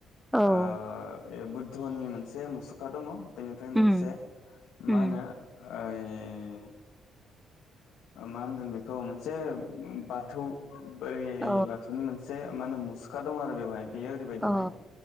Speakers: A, in the centre; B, on the left (about 85°).
A: औ
B: ओ। ऐ बुद्धनि मोनसे मुसुखा दङ बेनिफ्राय
A: उम
B: मोनसे
A: उम
B: मा होनो ऐ मा होनगोन बेखौ मोनसे उम बाथौ। बोरै
A: अ
B: बाथौनि मोनसे मा होनोम सिखा दं आरो बेवहाय। बेयो ओरैबायदिहाय
A: अ